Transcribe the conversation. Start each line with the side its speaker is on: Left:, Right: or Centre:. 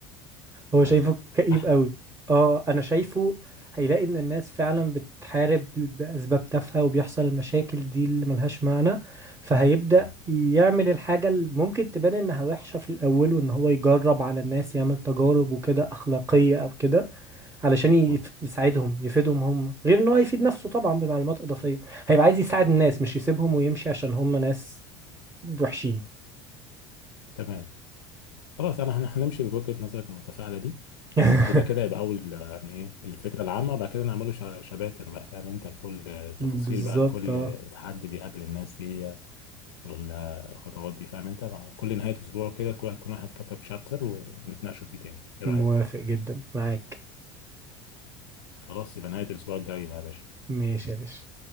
Right: هو
Left: اه
Right: شايفه كئيب
Left: احلى
Right: قوي اه انا شايفه هيلاقي ان الناس فعلا بتحارب باسباب تافهه وبيحصل المشاكل دي اللي ملهاش معنى فهيبدا
Left: اه
Right: يعمل الحاجه اللي ممكن تبان انها وحشه في الاول وان هو يجرب على الناس يعمل تجارب وكده اخلاقيه او كده علشان يف-
Left: اه
Right: يساعدهم يفيدهم هم غير ان هو يفيد نفسه طبعا بمعلومات اضافيه هيبقى عايز يساعد الناس مش يسيبهم ويمشي عشان هم ناس وحشين
Left: تمام خلاص انا هن- هنمشي بوجهه نظرك المتفائله دي
Right: <laughs>
Left: وده كده يبقى اول آه، يعني ايه الفكره العامه بعد كده نعمله شا- شباتر بقى فاهم انت لكل آه، التفاصيل
Right: بالظبط
Left: بقى لكل
Right: اه
Left: آه، تحدي بيقابل الناس دي آه، والخطوات دي فاهم انت مع كل نهايه اسبوع كده كل واحد يكون واحد كتب شابتر ونتناقشوا فيه تاني ايه
Right: موافق
Left: رايك
Right: جدا معاك
Left: خلاص يبقى نهايه الاسبوع الجاي بقى يا باشا
Right: ماشي يا باشا